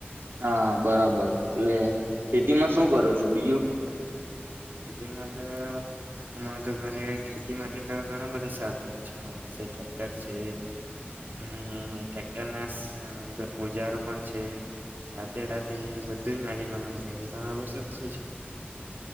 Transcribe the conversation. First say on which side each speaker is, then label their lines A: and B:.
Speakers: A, on the right (about 70°); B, on the right (about 55°).
A: હા બરાબર એટલે ખેતીમાં શું કરો છો બીજું?
B: બીજું માતો અમારે તો ઘરે ખેતી માટે તો ઘણા બધા સાધનો છે અમારી પાસે. ટ્રેક્ટર છે, અને ટ્રેક્ટર ના સ ઓજારો પણ છે, રાતેડાથી બધું જ માંડીને તમારી પાસે. તમારે પાસે શું છે?